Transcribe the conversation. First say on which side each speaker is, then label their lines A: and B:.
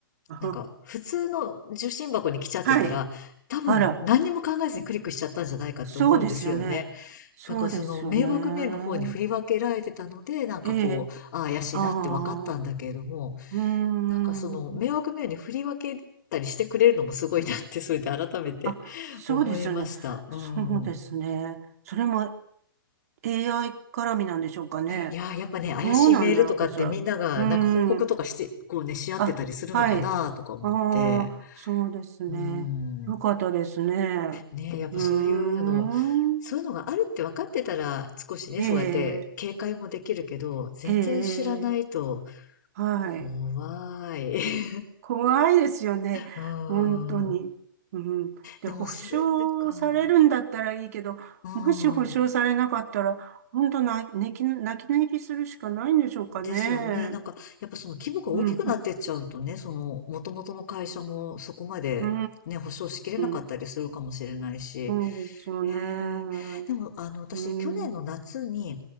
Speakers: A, on the right; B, on the left.
A: あ、
B: なんか普通の受信箱に来ちゃってたら、
A: はい。
B: 多分何にも考えずにクリックしちゃったんじゃないかって思うんですよね。
A: あら、そうですよね。そうですよね。
B: だからその迷惑メールの方に振り分けられてたので、なんかこう、
A: ええ、
B: ああ怪しいなって分かったんだけれども、
A: ああ、うーん。
B: なんかその迷惑メールに振り分けたりしてくれるのもすごいなって、それで改めて
A: あ、
B: <laughs>
A: そうですよね。
B: 思いました。うん。
A: そうですね。それも AI 絡みなんでしょうかね。
B: いやー、やっぱね、怪しいメールとかってみんながなんか報告とかして、
A: どうなんなのかしら。うーん。
B: こうね、し合ってたりするのかなとか思って。
A: あ、はい。ああ、そうですね。
B: うん。
A: よかったですね。
B: ね、やっぱそういうの、
A: うーん。
B: そういうのがあるって分かってたら少しね、
A: ええ、
B: そうやって警戒もできるけど、全然知らないと
A: ええ、はい。
B: 怖い。<laughs>
A: 怖いですよね。
B: うん。
A: 本当に。うん。で、
B: でもそれでか。
A: 保証されるんだったらいいけど、
B: うん。
A: もし保証されなかったら、本当な、泣き、泣き寝入りするしかないんでしょうかね。
B: ですよね。なんか、やっぱその規模が大きくなってっちゃうとね、
A: うん。
B: その、元々の会社もそこまでね、
A: うー
B: 保証しきれなかったりするかもしれないし。
A: ん。そうですよね。
B: へえ。でも、あの、私、
A: うん。
B: 去年の夏に、